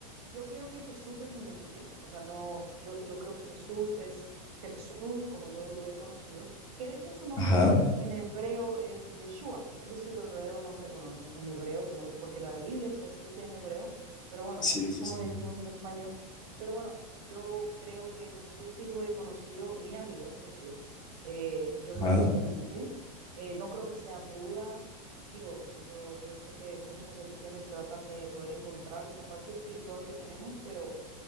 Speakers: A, on the right; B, on the left.
A: yo creo que Jesús es un ente, o sea, no, yo, yo creo que Jesús es Jesús, como yo lo he conocido, que de hecho su nombre
B: ajá.
A: en hebreo es Yeshua, ese es su verdadero nombre, bueno, en, en hebreo, como, porque la Biblia está escrita en hebreo, pero bueno,
B: Sí,
A: así es
B: sí,
A: como
B: sí.
A: le decimos en español. Pero bueno, yo creo que el Jesús que yo he conocido, mi amigo Jesús, eh, yo creo
B: Ajá,
A: que es un ente, eh, no creo que sea Buda, Digo, eh, yo, yo sé que muchas religiones tratan de poder encontrar esa parte espiritual que tenemos, pero,